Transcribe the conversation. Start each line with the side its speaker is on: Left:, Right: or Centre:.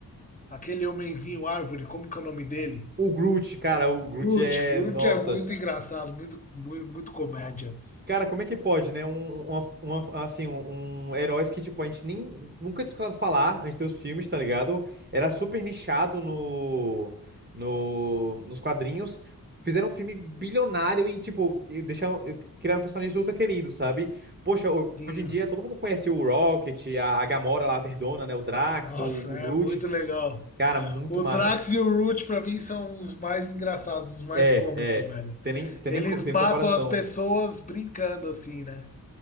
Left: Aquele homenzinho árvore, como que é o nome dele?
Right: O Groot, cara, o Groot
Left: Lute,
Right: é.
Left: Lute
Right: Nossa.
Left: é muito engraçado, muito, muito, muito comédia.
Right: Cara, como é que pode, né? Um, um, uma, uma- assim, um, um heróis que, tipo, a gente nem, nunca tinha escutado falar antes dos filmes, tá ligado? Era super nichado no, no, nos quadrinhos. Fizeram um filme bilionário e, tipo, e deixaram, e criaram personagens ultra queridos, sabe? Poxa, ho-
Left: Sim,
Right: hoje em dia todo mundo conhece o Rocket, a, a Gamora lá, a Verdona, né? O Drax,
Left: nossa,
Right: o, o
Left: é
Right: Groot.
Left: muito legal.
Right: Cara, muito
Left: O
Right: massa.
Left: Drax e o Root, pra mim, são os mais engraçados, os mais
Right: É,
Left: cômicos,
Right: é.
Left: velho.
Right: Tem nem, tem
Left: Eles
Right: nem, co- tem
Left: matam
Right: comparação.
Left: as pessoas brincando, assim, né?